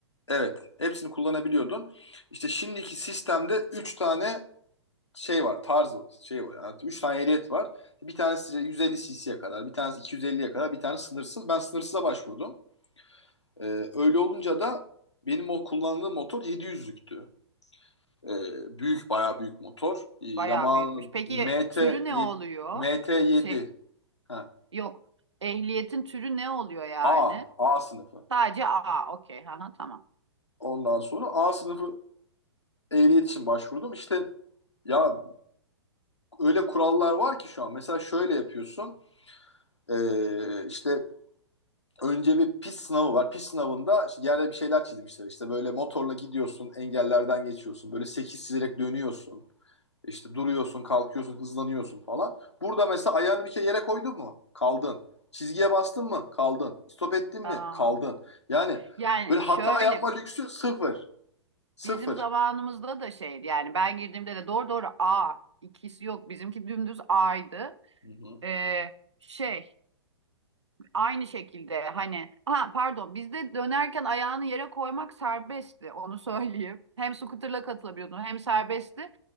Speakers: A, on the left (about 85°); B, on the right (about 80°).
A: Evet. Hepsini kullanabiliyordun. İşte şimdiki sistemde 3 tane şey var. tarzı şey var. Yani 3 tane ehliyet var. Bir tanesi 150 cc'ye kadar, bir tanesi 250'ye kadar, bir tane sınırsız. Ben sınırsıza başvurdum. E, öyle olunca da benim o kullandığım motor 700'lüktü. E, büyük bayağı büyük motor. E, Yamaha'nın
B: Bayağı büyükmüş. Peki
A: MT7
B: türü ne oluyor?
A: MT7
B: Şey
A: ha,
B: yok. Ehliyetin türü ne oluyor yani?
A: A A sınıfı.
B: Sadece A. Okey. Aha, tamam.
A: Ondan sonra A sınıfı ehliyet için başvurdum. İşte ya öyle kurallar var ki şu an. Mesela şöyle yapıyorsun. E, işte önce bir pist sınavı var. Pist sınavında işte yerde bir şeyler çizmişler. İşte böyle motorla gidiyorsun, engellerden geçiyorsun. Böyle 8 çizerek dönüyorsun. İşte duruyorsun, kalkıyorsun, hızlanıyorsun falan. Burada mesela ayağını bir kere yere koydun mu? Kaldın. Çizgiye bastın mı? Kaldın. Stop ettin
B: Aa.
A: mi? Kaldın. Yani
B: Yani
A: böyle hata
B: şöyle
A: yapma lüksü sıfır. Sıfır.
B: bizim zamanımızda da şeydi yani ben girdiğimde de doğru doğru A ikisi yok. Bizimki dümdüz A'ydı.
A: Hı hı.
B: Ee, şey Aynı şekilde hani ha pardon bizde dönerken ayağını yere koymak serbestti onu söyleyeyim. Hem scooter'la katılabiliyordun hem serbestti.